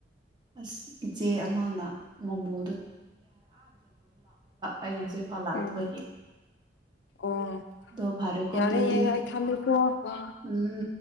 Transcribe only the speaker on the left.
ꯎꯝ ꯑꯣ
ꯌꯥꯔꯦ
ꯌꯦ ꯑꯩ ꯊꯝꯃꯦꯀꯣ ꯍꯝ